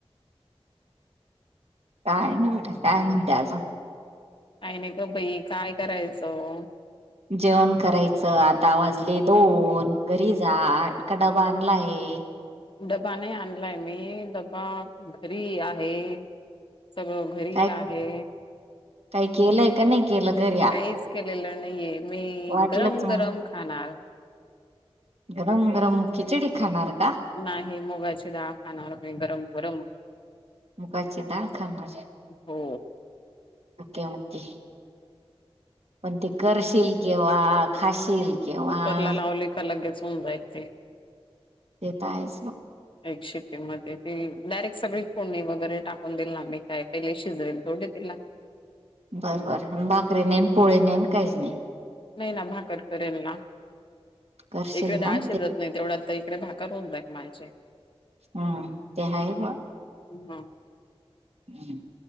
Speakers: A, on the right (about 80°); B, on the left (about 55°).
A: काय नाही बठा काय म्हणते आजं
B: आहे नाही ग भाई काय करायचं.
A: जेवण करायचं आता वाजले दोन घरी जाट का डबा आणलाय.
B: डबा नाही आणलाय मी डबा घरी आहे सगळ. घरी
A: काय
B: आहे.
A: काही केलंय का नाही. केलं घ.
B: काहीच केलेलं नाहीये मी
A: वाटलंच
B: गरम
A: मग
B: गरम खाणार.
A: गरम गरम खिचडी खाणार का?
B: नाही मुगाची दाळ खाणारवर म गरम गरम
A: मुकाायचे दाळखानना
B: हो
A: ओके ओके. पण ते करशील किंवा खाशील. केव्हा
B: कुकर ला लावले का लगेच होऊन जाय ते
A: देता आहे स
B: एक शिट्टीमध्येध्ये ती डायरेक्ट सगळी फोणी वगैरे टाकून दिल ना मी काय पहिले शिज्रेल तोडितला
A: बरं बर बाकरी नेन पोळे नेन काहीच नाही
B: नाही ना भाकर करेल ना
A: करशील
B: एकदा
A: ना
B: असे
A: ते
B: जात नाही तेवढं आता इकडे भाकार होऊन जाय माझचे
A: हम्म ते हय प
B: ह्
A: हम्